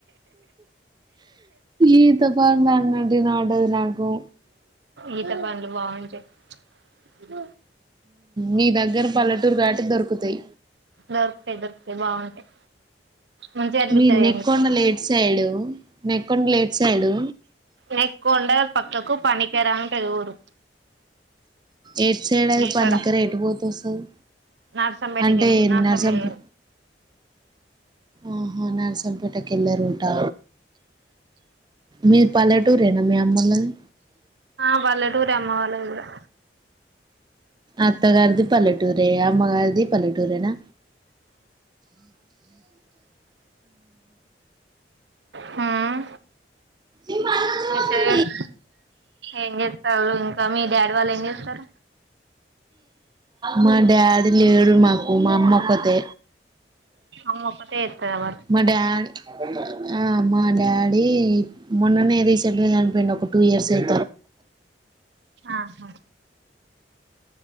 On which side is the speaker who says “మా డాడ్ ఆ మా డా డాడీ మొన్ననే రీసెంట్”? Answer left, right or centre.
Right